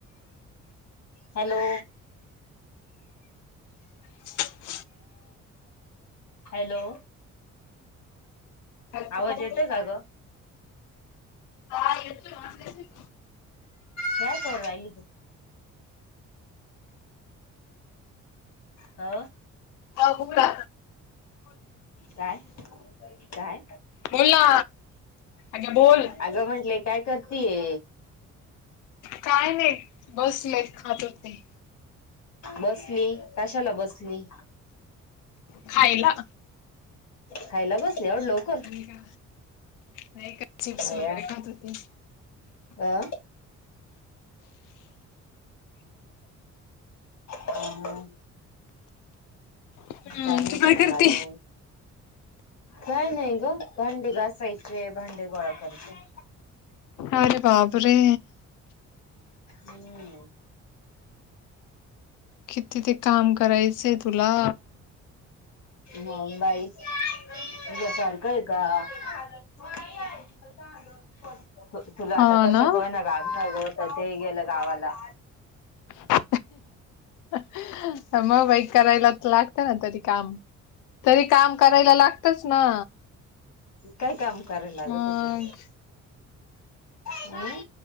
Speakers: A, on the left (about 60°); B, on the left (about 85°).
A: हॅलो
B: <unintelligible>
A: हॅलो
B: हॅलो
A: आवाज येतो का गं?
B: हा येतोय आवाज येतोय की
A: काय करू राहिली तू? अ
B: जा बुगडा
A: काय? काय?
B: बोल ना अगे बोल
A: अगं म्हंटले काय... करतीये
B: काय नाही बसले खात हो ते
A: बसली. कशाला बसली?
B: खायला.
A: खायला बसली एवढ्या लवकर?
B: आणि काय नाही का? चिप्स
A: आया
B: वगैरे खात होती
A: अ हा हा
B: हम्म
A: काय म्हणती
B: तू करते
A: मंग अजून? काय नाही ग भांडे घासायचे भांडे गोळा करते.
B: अरे बाप रे!
A: हम्म
B: किती ते काम करायचंय तुला?
A: मग बाई तूझ्या सारखं ऐ का? नाही आहे. तुला
B: हा
A: आता कसं
B: ना
A: का होइना गागनार होतं ते गेलं गावाला.
B: हा हा मग बाई करायलात लागत ना तरी काम. तरी काम करायला लागतच ना.
A: काय काम करायला लाग
B: मग
A: तं तूला? हम